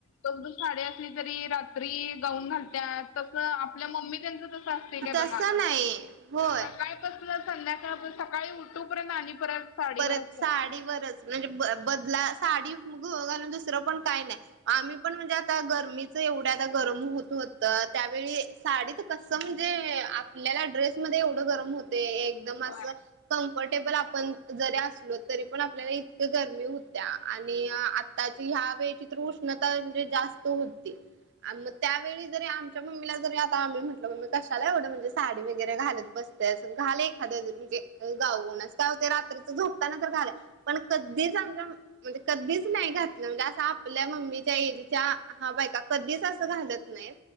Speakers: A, on the left; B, on the right.
A: कोण कोण साडे असली तरी रात्री गाऊन घालत्यात. च आपल्या मम्मी त्यांच तस असते
B: तसं
A: काय बघा
B: नाही होय.
A: सकाळी. संध्याकाळण सकाळी उठूपर्यंत आणि परत. साडीवरच
B: परत साडीवरच
A: सगळं
B: म्हणजे ब बदला साडी घालून दुसरं पण काय नाही. आम्ही पण म्हणजे आता गरमीच एवढ्या आता गरम होत होत त्यावेळी. साडी कसं म्हणजे आपल्याला ड्रेसमध्ये एवढं गरम होत. ते एकदम
A: होय.
B: असं कम्फर्टेबल आपण. जरी असलो तरी पण आपल्याला इतक्या गरमी होत्या आणि आताची ह्या वेळची. तर उष्णता म्हणजे जास्त होती आणि मग त्यावेळी जरी आम्ही. च्या मम्मीला जरी आता आम्ही म्हटलं मम्मी कशाला एवढं म्हणजे साडी वगरे घलत बसते अस घाल एखाद्या ज म्हणजे. गावणच काय होतंय रात्री. झोताना पण घालायचं कधीच आम म्हणजे कधीच नाही घात ''--'' म्हणजे असं आपल्या मम्मीच्या एजच्या हा बायका कधीच असं घालत नाही.